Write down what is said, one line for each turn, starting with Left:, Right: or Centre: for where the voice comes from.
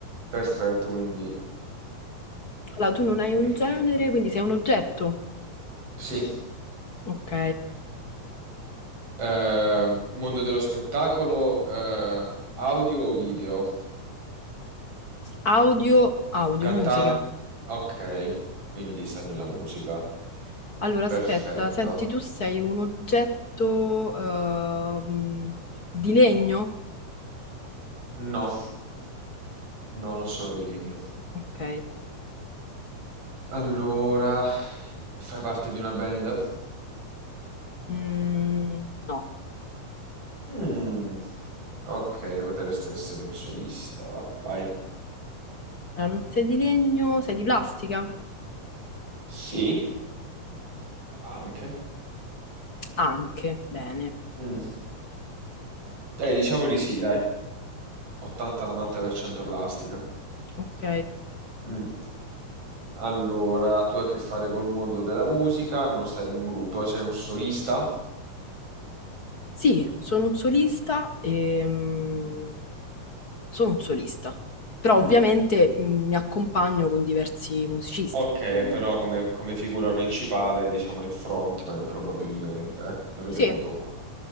Right: perfetto, quindi
Left: Allora, tu non hai
Right: perfetto.
Left: un genere, quindi sei un oggetto.
Right: Sì,
Left: Ok.
Right: eh, mondo dello spettacolo, eh, audio o video?
Left: Audio, audio,
Right: Cantante.
Left: musica.
Right: Ok, quindi sta nella musica.
Left: Allora,
Right: Perfetto.
Left: aspetta, senti, tu sei un oggetto ehm, di legno?
Right: No, no, non sono di legno.
Left: Ok.
Right: Allora, fai parte di una band?
Left: Mm, no,
Right: Mm, ok, potresti essere un solista. va- Vai.
Left: allora, non sei di legno, sei di plastica?
Right: Sì, anche.
Left: Anche, bene.
Right: Mm, Dai, diciamo di sì, dai. 80-90% plastica.
Left: Ok.
Right: Mm. Allora, tu hai a che fare col mondo della musica, non stai in un gruppo, sei un solista.
Left: Sì, sono un solista e mm, sono un solista, però ovviamente
Right: Mm.
Left: mm, mi accompagno con diversi musicisti,
Right: Ok,
Left: insomma.
Right: però come, come figura principale, diciamo il frontman probabilmente, eh, lo vedremo
Left: Sì,
Right: dopo.